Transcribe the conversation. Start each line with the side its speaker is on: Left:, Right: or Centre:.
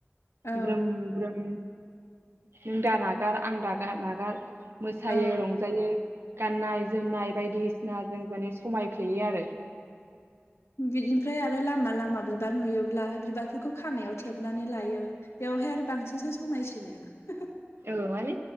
Left: औ
Right: ग्रोम ग्रोम नों दा नागार आं दागार नागार मोसायो
Left: औ
Right: रंजायो गाननाय जोमनाय बायदिसिना जों माने समायफ्लेयो आरो
Left: बिनिफ्राय आरो <unintelligible> बिबार नुयोब्ला बिबारफोरखौ खानायाव थेबनानै लायो बेवहाय आरो बांसिनसो समायसिनो
Right: औ माने